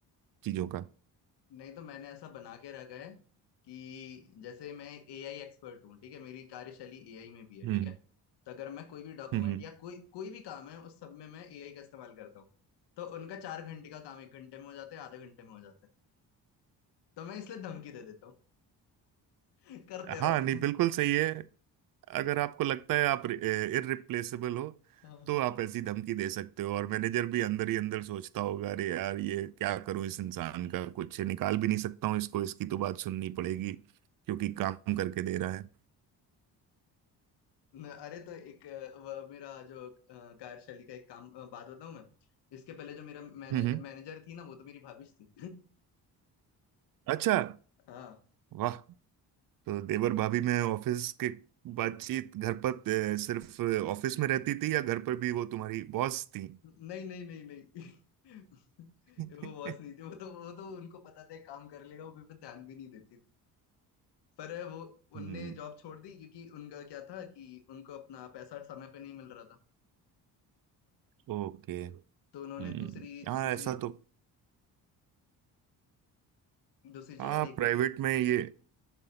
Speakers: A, on the right; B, on the left.
A: चीजों का
B: नहीं तो मैंने ऐसा बना के रखा है कि जैसे मैं एक एआई एक्सपर्ट हूँ ठीक है मेरी कार्यशैली एआई में भी है
A: हम्म
B: ठीक है तो अगर मैं कोई भी डॉक्यूमेंट
A: हम्म
B: या कोई कोई भी काम है उस सब में मैं एआई का इस्तेमाल करता हूँ तो उनका चार घंटे का काम एक घंटे में हो जाता है आधे घंटे में हो जाता है तो मैं इसलिए धमकी दे देता हूँ <laughs> करते रहो
A: हाँ नहीं
B: तुम
A: बिल्कुल सही है अगर आपको लगता है आप इररिप्लेसेबल हो
B: हाँ
A: तो
B: <laughs>
A: आप ऐसी धमकी दे सकते हो और मैनेजर भी अंदर ही अंदर सोचता होगा अरे यार ये क्या करूं इस इंसान का कुछ निकाल भी नहीं सकता हूं इसको इसकी तो बात सुननी पड़ेगी क्योंकि काम करके दे रहा है
B: न- अरे तो एक अ, वह मेरा जो अ, कार्यशैली का एक काम अ, बात बताऊं मैं इसके पहले जो मेरा मैने,
A: हम्म हम्म।
B: मैनेजर थी ना वो तो मेरी भाभी थी
A: अच्छा
B: <laughs> हाँ
A: वाह तो देवर भाभी में ऑफिस के बातचीत घर पर अ, सिर्फ ऑफिस में रहती थी या घर पर भी वो तुम्हारी बॉस थी
B: नहीं नहीं नहीं नहीं <laughs>
A: <laughs>
B: वो बॉस नहीं थी वो तो वो तो उनको पता था एक काम कर लेगा वो मेरे पे ध्यान भी नहीं देती थी पर वो
A: हम्म
B: उनने जॉब छोड़ दी क्योंकि उनका क्या था कि उनको अपना पैसा समय पे नहीं मिल रहा था
A: ओके
B: तो
A: हम्म
B: उन्होंने दूसरी
A: हाँ
B: दूसरी
A: ऐसा तो
B: दूसरी
A: हाँ
B: जगह देख
A: प्राइवेट में ये